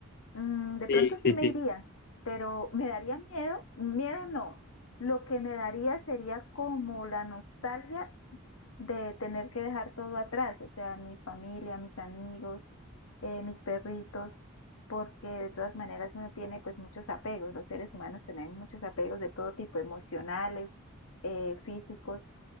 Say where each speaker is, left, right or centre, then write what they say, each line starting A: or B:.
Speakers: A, on the left; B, on the left.
A: Mm, de
B: Sí,
A: pronto sí
B: sí,
A: me
B: sí.
A: iría, pero me daría miedo, miedo no, lo que me daría sería como la nostalgia de tener que dejar todo atrás, o sea, mi familia, mis amigos, eh, mis perritos, porque de todas maneras uno tiene pues muchos apegos, los seres humanos tenemos muchos apegos de todo tipo, emocionales, eh, físicos,